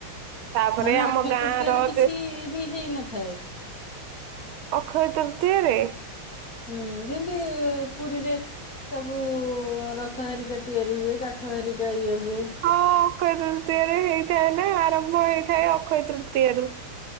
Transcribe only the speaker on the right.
ତାପରେ
ଆମ
ଗାଁ
ର
ଯେ
ଅକ୍ଷୟ ତୃତୀୟାରେ
ହଁ ଅକ୍ଷୟ ତୃତୀୟରେ ହେଇଥାଏ ନା ଆରମ୍ଭ ହେଇଥାଏ ଅକ୍ଷୟ ତୃତୀୟା ରୁ।